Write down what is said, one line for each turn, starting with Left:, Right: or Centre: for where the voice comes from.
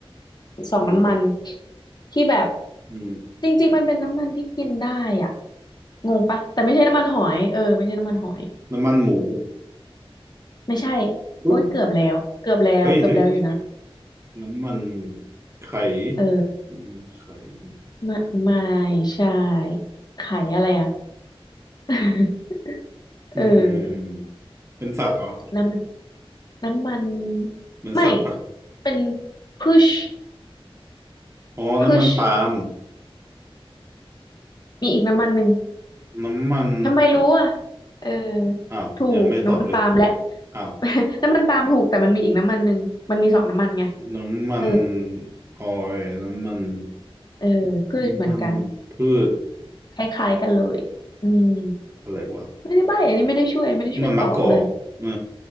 Left: สองน้ำมัน
Right: อืม
Left: ที่แบบ
Right: อืม
Left: จริงๆมันเป็นน้ำมันที่กินได้อ่ะงงปะแต่ไม่ใช่น้ำมันหอยเออไม่ใช่น้ำมันหอย
Right: น้ำมันหมู
Left: ไม่ใช่
Right: อืม
Left: โอ๊ยเกือบแล้ว เกือบแล้วเกือบแล้วอยู่นะ
Right: เฮ้ยเฮ้ยน้ำมันไข่
Left: เออ
Right: อืมไข่
Left: ไม่ไม่
Right: อืม
Left: ใช่ไข่อะไรอ่ะ <laughs> เออ
Right: อืมเป็นสัตว์เหรอ
Left: น้ำมันน้ำมัน
Right: เป็นสัตว์ปะ
Left: ไม่เป็นพุช
Right: อ๋อน้ำมันปาล์ม
Left: พุชมีอีกน้ำมันหนึ่ง
Right: น้ำมัน
Left: ทำไมรู้อ่ะเออ
Right: อ้าวยังไม่ตอบเลย
Left: ถูกน้ำมันปาล์มและ
Right: อ้าว
Left: <laughs> น้ำมันปาล์มถูกแต่มันมีอีกน้ำมันหนึ่งมันมีสองน้ำมันไง
Right: น้ำมัน
Left: เออ
Right: ออยล์น้ำมัน
Left: เออพืชเหมือนกัน
Right: น้ำมันพืช
Left: คล้ายๆกันเลยอืม
Right: อะไรวะ
Left: ไม่ได้ใบ้อันนี้ไม่ได้ช่วยไม่ได้ช่วยตอบเลย
Right: น้ำมันมะกอกเออ